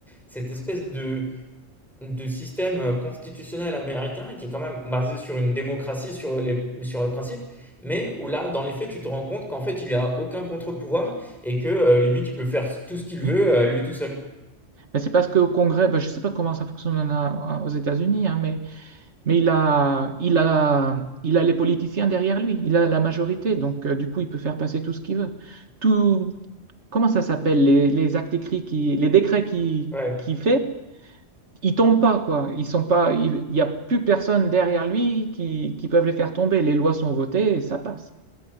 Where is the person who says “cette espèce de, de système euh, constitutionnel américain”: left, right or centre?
Centre